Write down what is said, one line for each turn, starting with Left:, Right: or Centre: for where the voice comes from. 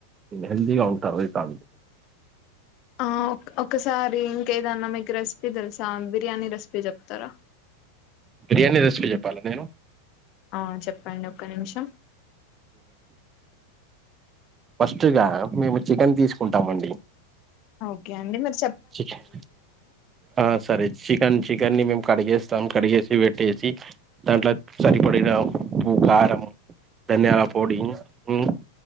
Right: హెల్దీగా ఉంటారు. అది తాగుతే.
Left: ఆ, ఒక్ ఒకసారి ఇంకేదన్నా మీకు రెసిపీ తెలుసా? బిర్యానీ రెసిపీ చెప్తారా?
Right: బిర్యానీ రెసిపీ చెప్పాలా నేను?
Left: ఆ, చెప్పండి. ఒక్క నిమిషం.
Right: ఫస్ట్‌గా, మేము చికెన్ తీసుకుంటామండి.
Left: ఆ, ఓకే అండి. మరి
Right: చికెన్. ఆ, సరే. చికెన్ చికెన్‌ని మేము కడిగేస్తాం. కడిగేసి, వెట్ టేస్టీ. దాంట్లో సరిపడిన ఉప్పు, కారం. ధాన్యం పొడి, ఉమ్.